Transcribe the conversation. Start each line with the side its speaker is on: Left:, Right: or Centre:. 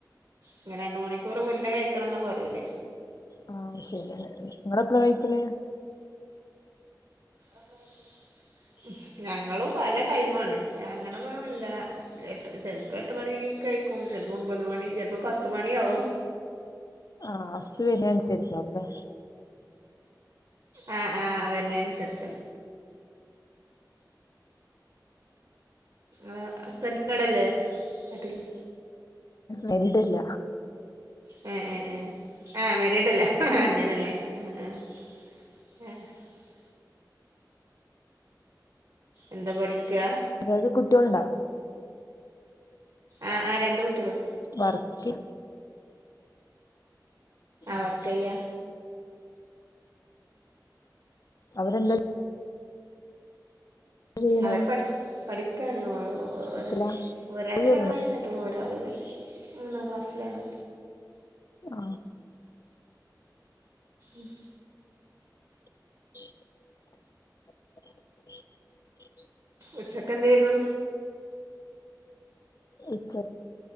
Right: ഇങ്ങനെ രണ്ട് മണിക്കൂർ മുന്നേ കഴിക്കണംന്നാ പറേല്.
Left: ആ ശരിയാണ് നിങ്ങളെപ്പഴാ കയിക്കല്.
Right: അത്തായത്തിന് ഞങ്ങളും പല ടൈമാണ് അങ്ങനൊന്നും ല്ല്യ ട്ട് ചെലപ്പോ എട്ട് മണിക്കെ ക്കും ചിലപ്പോ ഒമ്പത് മണി ചിലപ്പോ പത്ത് മണി ആവും.
Left: ആഹ് ഹസ് വരണനുസരിചാണ് ലേ
Right: ആഹ് ആഹ് വരണെനനുസരിച്ച ആ ഹസ്ബന്റ് അടല്ലേ നാട്ടില്ലേ
Left: മരിടില്ല.
Right: ഹേ ഹേ ആ ആഹ് മെരീഡല്ലേ അങ്ങനല്ലേ ആ ഹ് ആ ആഏ <unintelligible> എന്താ പഠിക്കാ
Left: നിങ്ങൾക്ക് കുട്ടികളുണ്ടോ
Right: ആ ആ രണ്ട് കുട്ടികളാ
Left: വർക്ക് ആഹ്
Right: വർക്ക യ്യാ
Left: അതന്ത <unintelligible> ചെയ്യണെ
Right: അവര് പഠി പഠി ഒക്കെയണ ഒ
Left: എത്രയിലാ
Right: ഒരാൾക്ക്
Left: സ്കൂളിൽ ചേർന്നോ
Right: രണ്ട് വയസ്സായിട്ടുള്ളൂ ഒരാൾ മൂന്നാം ക്ലാസ്സിലാണ്.
Left: ആ
Right: ഉം
Left: ഉ <inaudible> <unintelligible>
Right: ഉച്ചയ്ക്ക് എന്തയിരുന്നു.
Left: ഉച്ച